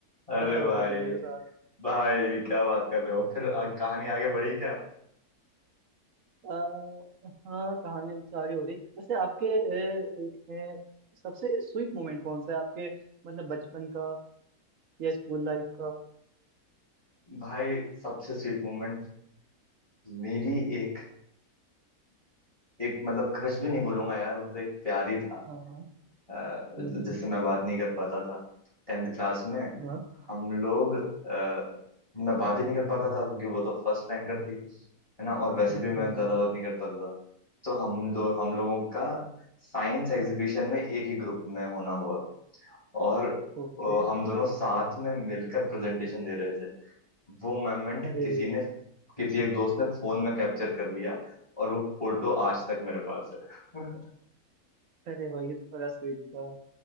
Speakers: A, on the left; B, on the right.
A: अरे
B: ऐसा हुआ
A: भाई
B: था मेरे साथ
A: भाई क्या बात कर रहे हो फिर आ, कहानी आगे बढ़ी क्या
B: अ, हाँ कहानी तो आगे बढ़ी वैसे आपके अ, अ, सबसे स्वीट मोमेंट कौन सा है आपके मतलब बचपन का या स्कूल लाइफ का
A: भाई सबसे स्वीट मोमेंट मेरी एक एक मतलब क्रश भी नहीं बोलूंगा यार वो तो एक प्यार ही था
B: हाँ हाँ
A: अ,
B: हम्म हम्म,
A: जिससे मैं बात नहीं कर पाता था टेंथ क्लास में
B: हाँ
A: हम लोग अ, मैं बात ही नहीं कर पाता था क्योंकि वो तो फर्स्ट रैंकर थी है ना और वैसे
B: हाँ
A: भी मैं
B: हाँ
A: ज्यादा
B: हाँ,
A: बात नहीं कर पाता था तो हम दो हम लोगों का साइंस एग्जीबिशन में एक ही ग्रुप में होना हुआ और
B: ओके
A: अ, हम दोनों साथ में मिलकर प्रेजेंटेशन दे रहे थे वो मोमेंट
B: अरे
A: किसी ने किसी एक दोस्त ने फोन में कैप्चर कर लिया और वो फोटो आज तक मेरे पास है <laughs>
B: अरे भाई ये तो बड़ा स्वीट था